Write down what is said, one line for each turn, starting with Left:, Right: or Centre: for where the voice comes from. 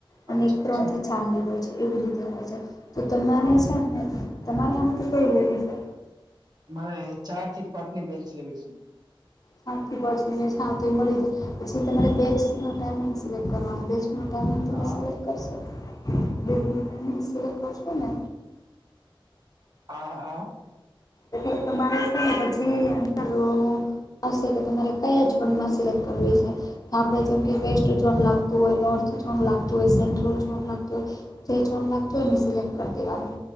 Left: અને
Right: અચ્છા
Left: એક ત્રણ
Right: અચ્છા
Left: થી ચારની હોય છે એવી રીતે હોય છે તો તમારે
Right: હા
Left: છે ને તમારે આમાંથી કઈ લેવી છે.
Right: મારે ચાર થી પાંચ ની બેચ લેવી છે.
Left: ચાર થી પાંચ ની હા તો એ મળી જશે પછી તમારે બેચનો ટાઈમિંગ સિલેક્ટ કરવાનો બેચ ટાઈમિંગ તમે
Right: હા
Left: સિલેક્ટ કરશો બેચ નો ટાઈમિંગ સિલેક્ટ કરશો ને
Right: હા હા
Left: એટલે તમારે છે ને પછી અંદરો આવશે તો તમારે કયા ઝોનમાં સિલેક્ટ કરવી છે. આપડે જેમ કે વેસ્ટ ઝોન લાગતું હોય નોર્થ ઝોન લાગતું હોય સેન્ટ્રલ ઝોન લાગતું હોય જે ઝોન લાગતું હોયને સિલેક્ટ કરી દેવાનું